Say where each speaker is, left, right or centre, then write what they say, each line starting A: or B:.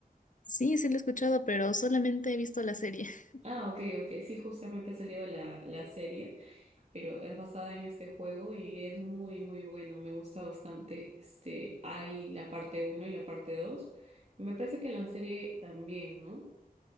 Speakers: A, on the left (about 55°); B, on the right (about 45°).
A: Sí, sí lo he escuchado, pero solamente he visto la serie. <laughs>
B: Ah, ok, ok. Sí, justamente ha salido la, la serie. pero es basada en este juego y es muy, muy bueno. Me gusta bastante. Este, hay la parte uno y la parte dos Me parece que la serie también, ¿no?